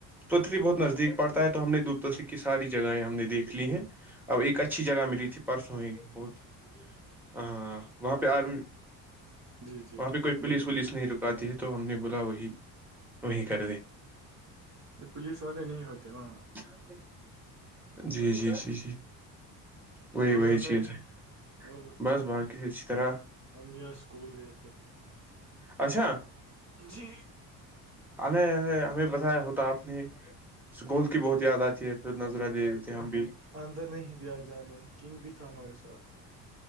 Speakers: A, in the centre; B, on the right.
A: پتھی بہت نزدیک پڑتا ہے تو ہم نے دپ کی ساری چز جگہیں ہم نے دیکھ لی ہیں اب ایک اچھی جگہ ملی تھی پرسوں ہی بہت ہاں وہاں پہ آر
B: جی جی
A: وہاں پہ کوئی پولیس
B: بولیے
A: نہیں رکاتی ہے تو ہم نے بولا وہی وہییں کر د
B: یہ پولیس والے نہیں ہوتے وہاں
A: <unintelligible> جی جی جی جی وہی
B: اور
A: وہی
B: بتائیے
A: چیز ہے
B: اور بتائیے
A: بس باقی اچھی طرح
B: ہم بیا اسکول گئے تھے
A: اچھا
B: جی
A: اے ارے ہمیں بتایا ہوتا آپ نے اس گول کی بہت یاد آتی ہے <unintelligible> توود نظرہ دے دیتے ہم بھی
B: اندر نہیں دیا جانے کنگ بھی تھا ہمارے ساتھ